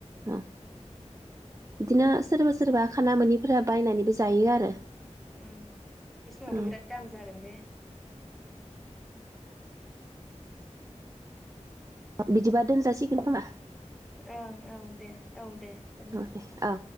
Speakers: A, on the right; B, in the centre.
A: ओ। बिदिनो सोरबा सोरबा
B: थिखिनि
A: खाना
B: मोना
A: मोनिफोरा बायनानैबो जायो आरो
B: ओं बे समावथ'
A: औ।
B: बिराद दाम जागोन बे
A: बिदिबा दोन दसिगोन खोमा।
B: ओं औ दे औ दे दोनदो।
A: औ दे औ